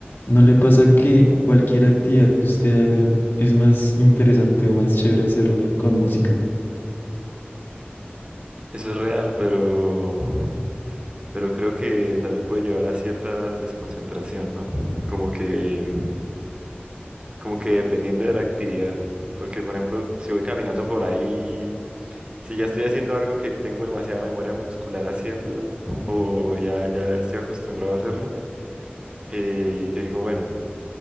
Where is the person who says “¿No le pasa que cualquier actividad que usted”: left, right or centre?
Left